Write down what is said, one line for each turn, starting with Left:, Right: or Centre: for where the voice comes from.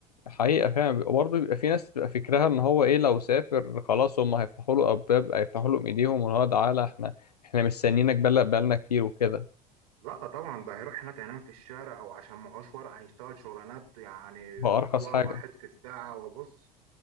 Left: حقيقة فعلا بيبقى برضه بيبقى في ناس بتبقى فكرها ان هو ايه لو سافر خلاص هم هيفتحوا له ابواب هيفتحوا له ايديهم وان هو تعالى احنا احنا مستنيينك بقالنا بقالنا كتير وكده
Right: لا طبعا ده هيروح هناك هينام في الشارع او عشان معهوش ورق هيشتغل شغلانات يعني
Left: بأرخص
Right: بدولار
Left: حاجة
Right: واحد في الساعه وبص